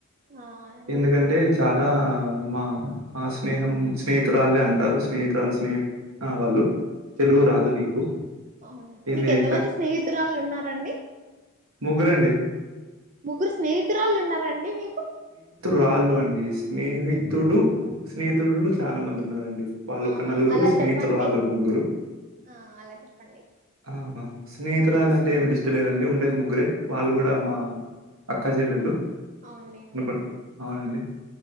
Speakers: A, on the right (about 35°); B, on the right (about 80°).
A: ఆ లేదండి
B: ఎందుకంటే చాలా ఆ మా మా స్నేహం స్నేహితురాళ్లే అంటారు స్నేహితురాలు స్నేహి ఆ వాళ్ళు తెలుగు
A: ఆ
B: రాదు నీకు
A: అవును
B: ఎన్ని
A: మీకు ఎంతమంది
B: <unintelligible>
A: స్నేహితురాళ్ళు ఉన్నారండి
B: ముగ్గురండి
A: ముగ్గురు స్నేహితురాళ్లు ఉన్నారండి మీకు
B: రాళ్ళు అండి స్నేహితుడు స్నేహితుడులు చాలా మంది ఉన్నారండి వాళ్ళోకా
A: ఆ
B: నలుగురు
A: అలా
B: స్నేహితురాళ్ళోక
A: చెప్పండి
B: ముగ్గురు
A: ఆ అలా చెప్పండి
B: ఆ హ స్నేహి తూరళ్లంటే ఏమి లిస్ట్ లేదండి ఉండేది ముగ్గురే వాళ్ళు కూడా మా అక్క చెల్లెళ్ళు
A: అవునులేండి
B: <unintelligible> అవునండి